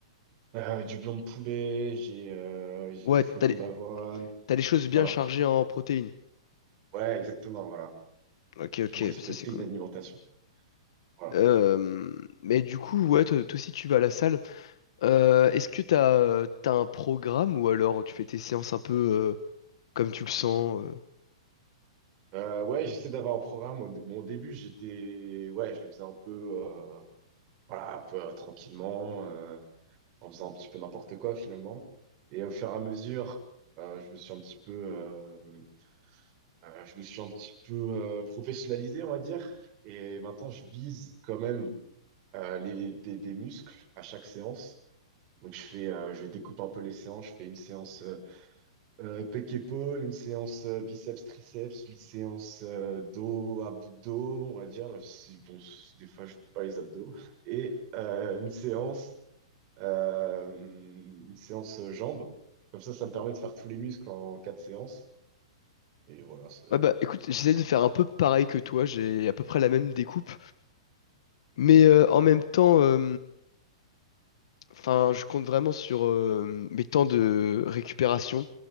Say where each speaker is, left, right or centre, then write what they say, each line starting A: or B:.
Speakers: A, on the right (about 30°); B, on the left (about 65°).
A: euh, du blanc de poulet, j'ai euh, j'ai
B: ouais,
A: des flocons
B: t'as des,
A: d'avoine.
B: t'as des choses
A: Voilà.
B: bien chargées en protéines.
A: Ouais, exactement, voilà.
B: Ok, ok,
A: Pour respecter
B: ça c'est cool.
A: une alimentation. Voilà.
B: Euh, mais du coup, ouais, toi, toi aussi tu vas à la salle. Euh, est-ce que t'as, euh, t'as un programme ou alors tu fais tes séances un peu euh, comme tu le sens euh
A: Euh, ouais, j'essaie d'avoir un programme. Au, dé- bon, au début, j'étais, ouais, je le faisais un peu, euh, voilà, un peu euh, tranquillement, euh, en faisant un petit peu n'importe quoi finalement. Et au fur et à mesure, euh, je me suis un petit peu, euh, Euh, je me suis un petit peu euh, professionnalisé, on va dire. Et maintenant, je vise quand même euh, les, des, des muscles à chaque séance. Donc, je fais, euh, je découpe un peu les séances. Je fais une séance euh, euh, pec-épaule, une séance euh, biceps-triceps, une séance euh, dos, abdos, on va dire. Même si, bon, c- des fois, je fais pas les abdos. Et euh, une séance, euh, une séance euh, jambes. Comme ça, ça me permet de faire tous les muscles en quatre séances. Et voilà, c'est-
B: Ouais bah écoute, j'essaie de faire un peu pareil que toi, j'ai à peu près la même découpe, mais euh, en même temps, euh, enfin, je compte vraiment sur euh, mes temps de récupération.